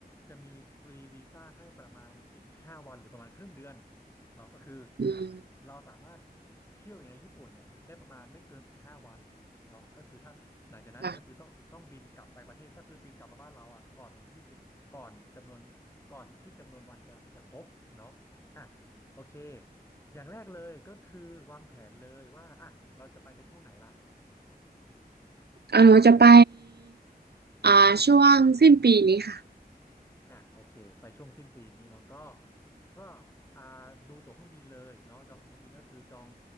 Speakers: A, on the left; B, on the right.
A: จะมีฟรีวีซ่าให้ประมาณสิบห้าวันหรือประมาณครึ่งเดือนเนาะก็คือ
B: อืม
A: เราสามารถเที่ยวอยู่ในญี่ปุ่นเนี่ยได้ประมาณไม่เกินสิบห้าวันเนาะก็คือถ้า หลังจากนั้นเนี่ยก็คือต้องต้องบินกลับไปประเทศก็คือบินกลับมาบ้านเราอ่ะก่อนวันที่สิบก่อนจำนวนก่อนที่จำนวนวันจะจะครบเนาะอ่ะ
B: ค่ะ
A: โอเคอย่างแรกเลยก็คือวางแผนเลยว่าอ่ะเราจะไปกันช่วงไหนล่ะ
B: อ่าหนูจะไปอ่าช่วงสิ้นปีนี้ค่ะ
A: อ่ะโอเคไปช่วงสิ้นปีนี้เนาะก็ก็อ่าดูตั๋วเครื่องบินเลยเนาะจองตั๋วเครื่องบินก็คือจอง